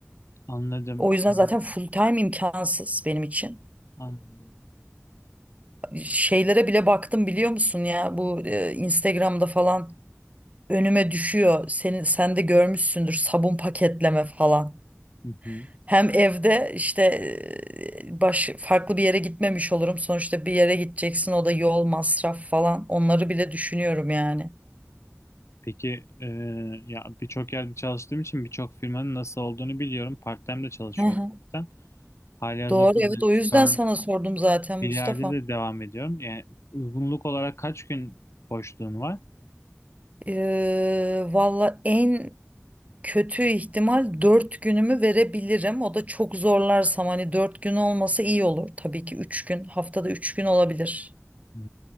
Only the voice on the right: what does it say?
O yüzden zaten
full time imkansız benim için
şeylere bile baktım biliyor musun ya bu e, Instagram'da falan önüme düşüyor. Senin sen de görmüşsündür sabun paketleme falan.
Hem evde işte e, baş farklı bir yere gitmemiş olurum. Sonuçta bir yere gideceksin o da yol masraf falan. Onları bile düşünüyorum yani.
Hı hı.
Doğru evet
o
yüzden
sana sordum zaten Mustafa.
Ee, valla en Kötü ihtimal dört günümü verebilirim. O da çok zorlarsam hani dört gün olması iyi olur. Tabii ki üç gün, haftada üç gün olabilir.